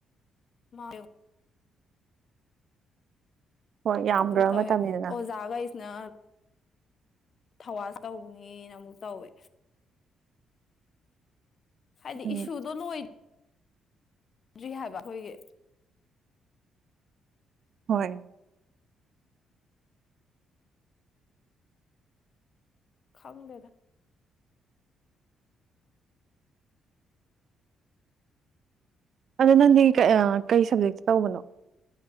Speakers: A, on the left; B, on the right.
A: ꯃꯥ
B: ꯍꯣꯏ ꯌꯥꯝꯈ꯭ꯔꯕ
A: ꯑꯗꯨ ꯑꯣꯖꯒ
B: ꯃꯇꯝꯅꯤꯗꯅ
A: ꯏꯁꯅ ꯊꯋꯥꯁ ꯇꯧꯅꯤꯅ ꯑꯃꯨꯛ ꯇꯧꯋꯦ ꯍꯥꯏꯗꯤ
B: ꯎꯝ
A: ꯏꯁꯨꯗꯣ ꯂ ꯑꯣꯏ ꯔꯤ ꯍꯥꯏꯕ ꯍꯣꯏꯒꯦ
B: ꯍꯣꯏ
A: ꯈꯪꯗꯦꯗ
B: ꯑꯗꯣ ꯅꯪꯗꯤ ꯀꯩ ꯁꯕꯖꯦꯛꯇ ꯇꯧꯕꯅꯣ